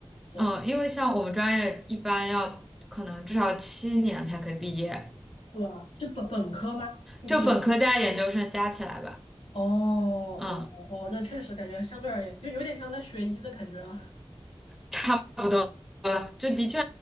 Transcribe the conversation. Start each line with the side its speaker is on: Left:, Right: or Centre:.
Left: 是，
Centre: 嗯，因为像我们专业一般要可能至少七年才可以毕业，
Left: 哇，是本本科吗？就是。
Centre: 就本科加研究生加起来吧。
Left: 哦哦哦，
Centre: 嗯。
Left: 那确实感觉相对而言，就有点像在学医的感觉啊。
Centre: 差不多了，就的确